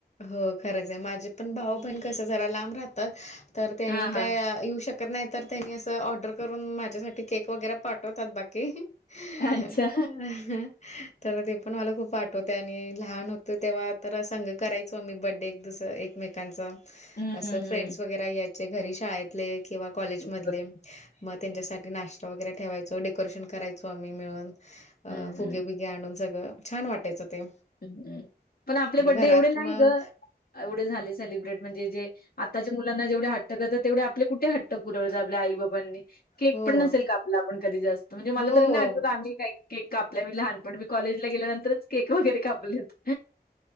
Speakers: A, on the left; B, on the left.
A: हो खरंच आहे माझे पण भाऊ बहीण कस जरा लांब राहतात तर त्यांनी
B: हां, हां.
A: काय येऊ शकत नाही तर त्यांनी असं ऑर्डर करून माझ्यासाठी केक वगैरे पाठवतात बाकी ह
B: अच्छा.
A: हं हं तर ते पण मला खूप आठवते आणि लहान होत तेव्हा तर सांग करायचो मी बड्डे एक दुस एकमेकांच
B: हं,
A: असं
B: हं, हं.
A: फ्रेंड्स वगैे या घरी शाळेतले किंवा कॉलेजमधले
B: बरं.
A: मग त्यांच्यासाठी नाश्ता वगैरे ठेवायचो डेकोरेशन करायचो आम्ही मिळून
B: हं,
A: अ फुगे बिगे आणून सगळं छान वाटायचं ते
B: ह्म् पण आपले
A: आणि
B: बड्डे
A: घरात
B: एवढे नाही
A: मग
B: ग एवढे झाले सेलिब्रेट म्हणजे जे आताच्या मुलांना जेवढे हट्ट करतात तेवढे आपले कुठे हट्ट धरून पुरवतात आपल्या आई बाबांनी केक
A: हो.
B: पण नसेल का आपला आपण कधी जास्त म्हणजे मला
A: हो.
B: तरी नाही आठवत आम्ही काही केक कापला मी लहानपण मी कॉलेजला गेल्यानंतरच केक वगैरे कापलेत